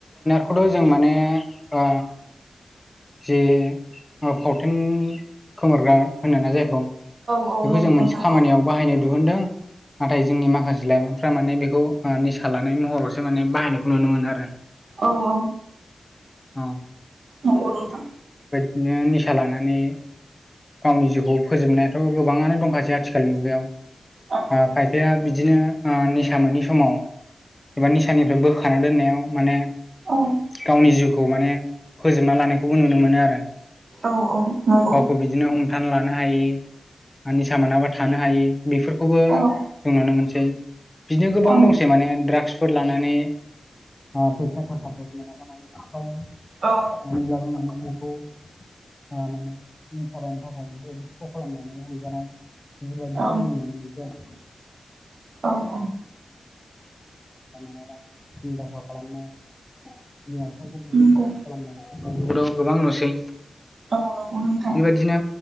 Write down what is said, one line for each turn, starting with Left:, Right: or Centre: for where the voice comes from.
Left: खौथ' जों माने ओ। जे फावथेन खोमोरग्रा होनो ना जायखौ। बेखौ
Right: औ नंगौ
Left: जों
Right: नोंथां
Left: मोनसे खामानियाव
Right: औ
Left: बाहायनो दिहुनदों नाथाय जोंनि माखासे लाइमोन। फोरा माने बेखौ ओ निसा लानाय महरावसो माने बाहायनायखौ नुनो मोनो आरो।
Right: औ औ।
Left: औ।
Right: नंगौ नोंथां।
Left: बिदिनो निसा लानानै। गावनि जिउखौ फोजोबनायाथ' गोबाङानो दंखासै आथिखालनि मुगायाव।
Right: औ
Left: ओ खायफाया बिदिनो ओ निसा मोनि समाव। एबा निसानिफ्राय बोखा दोननायाव माने
Right: औ
Left: गावनि जिउखौ माने फोज फोजोबना लानायखौबो नुनो मोनो आरो
Right: औ औ नंगौ
Left: गावखौ बिदिनो हमथा लानो हायि। बा निसा मोनाबा थानो हायो बेफोरखौबो
Right: औ
Left: जों नुनो मोनसै। बिदिनो गोबां
Right: औ
Left: दंसै माने द्राग्सफोर लानानै। ओ फैसा थाखाफोर मोनाबा नखरफोराव।
Right: औ।
Left: <unintelligible> नखरखौ। ओ माने निखा बायनो थाखाय बेफोरबायदि फ' खालामनानै हमजानाय। बेफोरबायदिखौबो
Right: औ
Left: जों नुनो मोनसै आरो।
Right: औ
Left: <unintelligible> दाखाल खालामनाय <unintelligible>
Right: नंगौ
Left: गोबां नुसै
Right: औ नंगौ नोंथां
Left: बेबायदिनो